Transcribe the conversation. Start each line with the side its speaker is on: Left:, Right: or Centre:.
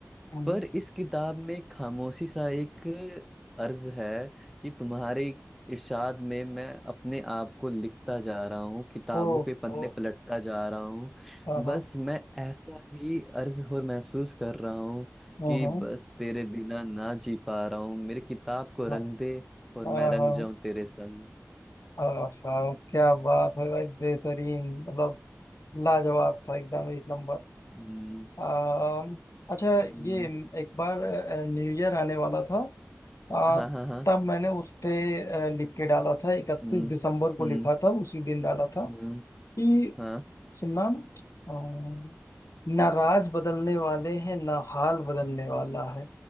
Left: हम्म,
Centre: पर इस किताब में खामोशी सा एक अर्ज है कि तुम्हारे इरशाद में मैं अपने आप को लिखता जा रहा हूँ किताबों
Left: ओ
Centre: के पन्ने
Left: ओ
Centre: पलटता जा रहा हूँ
Left: हाँ हाँ
Centre: बस मैं ऐसा ही अर्ज और महसूस कर रहा हूँ
Left: हम्म
Centre: कि बस तेरे बिना ना जी पा रहा हूँ मेरी किताब को
Left: हाँ
Centre: रंग दे और
Left: हाँ
Centre: मैं रंग
Left: हाँ
Centre: जाऊं तेरे संग
Left: हाँ हाँ, क्या बात है भाई बेहतरीन मतलब लाजवाब था एकदम एक नंबर
Centre: हम्म
Left: अम, अच्छा
Centre: हम्म,
Left: ये एक बार न्यू ईयर आने वाला था आ,
Centre: हाँ हाँ हाँ
Left: तब मैंने उस पे अ, लिख के डाला था इकतीस
Centre: हम्म
Left: दिसंबर को
Centre: हम्म
Left: लिखा था उसी दिन डाला था
Centre: हम्म
Left: कि
Centre: हाँ
Left: सुनना अम, ना राज बदलने वाले हैं ना हाल बदलने वाला है